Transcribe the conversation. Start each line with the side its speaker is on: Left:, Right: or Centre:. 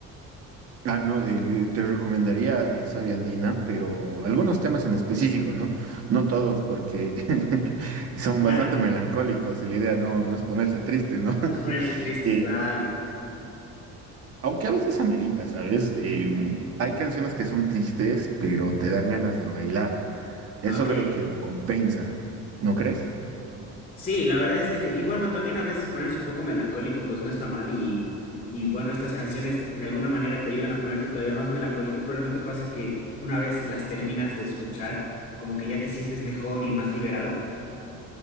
Right: Ah, no, eh, te recomendaría esa viandina, pero algunos temas en específico, ¿no? No todos, porque <laughs> son
Left: Ya,
Right: bastante melancólicos y la idea no, no es ponerse triste, ¿no? <laughs>
Left: no es ponerse tristes,
Right: Eh,
Left: claro.
Right: aunque a veces amerita, ¿sabes? Em, hay canciones que son tristes, pero te dan ganas de bailar. Eso
Left: Ok,
Right: creo que lo compensa, ¿no crees?
Left: Sí, la verdad es de que, y bueno, también a veces ponerse un poco melancólico, pues no está mal, y, y bueno, estas canciones de alguna manera te ayudan a ponerte todavía más melancólico, pero ¿no te pasa que una vez las terminas de escuchar, como que ya te sientes mejor y más liberado?